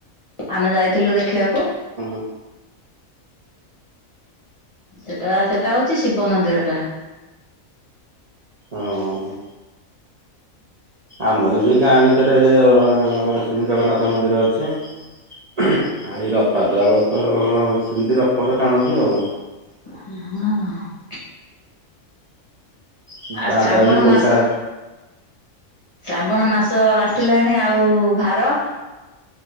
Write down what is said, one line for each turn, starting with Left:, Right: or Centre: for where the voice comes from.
Left: ଆମେ ଯାଇଥିଲୁ ଦେଖିବାକୁ।
Right: ଉଁହୁଁ।
Left: ସେଟା ସେଟା ହଉଚି ଶିବ ମନ୍ଦିର ଟା।
Right: ହୁଁ। ଆମର ବି ଗାଁ ଭିତରେ ସେମିନ୍ତି ଜଗନ୍ନାଥ ମନ୍ଦିର ଅଛି। ଆଉ ଏଇ ରଥଯାତ୍ରା ବେଳେ ତ ସେମିତି ରଥ ପଥ ଟାଣନ୍ତି ଆଉ।
Left: ହୁଁ।
Right: ହୁଁ
Left: ଆଉ
Right: ଦାଣ୍ଡ
Left: ଶ୍ରାବଣ
Right: ଆଉନି ପଇସା
Left: ମାସ ଶ୍ରାବଣ ମାସ ଆସିଲାଣି ଆଉ ଭାର